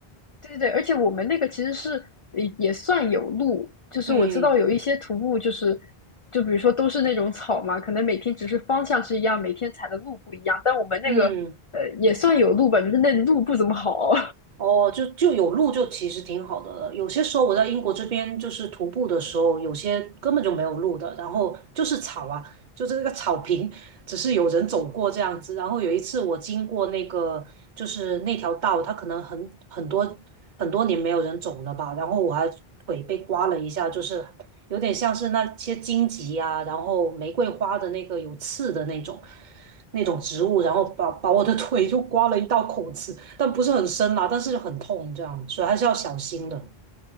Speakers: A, on the left; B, on the right.
A: 对对对，而且我们那个其实是也也算有路，就是我知道有一些徒步就是，
B: <laughs> 嗯
A: 就比如说都是那种草嘛，可能每天只是方向是一样，每天踩的路不一样，但我们那个呃也算有路吧，
B: 嗯。
A: 就是那路不怎么好。
B: 哦，就就有路就其实挺好的了。有些时候我在英国这边就是徒步的时候，有些根本就没有路的，然后就是草啊，就是那个草坪，只是有人走过这样子。然后有一次我经过那个就是那条道，它可能很很多很多年没有人走了吧，然后我还腿被刮了一下，就是有点像是那些荆棘啊，然后玫瑰花的那个有刺的那种。那种植物，然后把把我的腿 <laughs> 就刮了一道口子，但不是很深啦，但是就很痛，这样，所以还是要小心的。